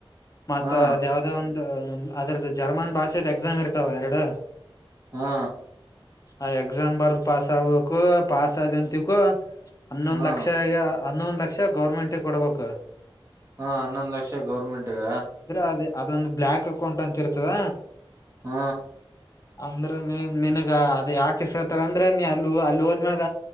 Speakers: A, on the left; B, on the right.
A: ಮತ್ತತ್
B: ಹಾ
A: ಅದ್ ಯಾವ್ದೋ ಒಂದು ಅದ್ರದ್ದು ಜರ್ಮನ್ ಭಾಷೆದ ಎಕ್ಸಾಮ್ ಇರ್ತಾವ ಎರಡು
B: ಹಾ
A: ಆ ಎಕ್ಸಾಮ್ ಬರ್ದ್ ಪಾಸ್ ಆಗ್ಬೇಕಕ್ಕು ಪಾಸ್ ಆದಂತಿಕು ಹನ್ನೊಂದ್
B: ಹಾ
A: ಲಕ್ಷ ಈಗ ಹನ್ನೊಂದ ಲಕ್ಷ ಗೌರ್ಮೆಂಟ್ ಕೊಡ್ಬೇಕು
B: ಹಾ ಹನ್ನೊಂದ್ ಲಕ್ಷ ಗೌರ್ಮೆಂಟ್ಗ
A: ಅದೇ ಅದೊಂದು ಬ್ಲಾಕ್ ಅಕೌಂಟ್ ಅಂತ ಇರ್ತದ
B: ಹಾ
A: ಅಂದ್ರ ನೀ ನನ್ಗ ಅದ ಯಾಕೆಸ್ಕತಾರ ಅಂದ್ರ ನೀ ಅ ಅಲ್ಲಿ ಹೋದ್ಮ್ಯಾಗ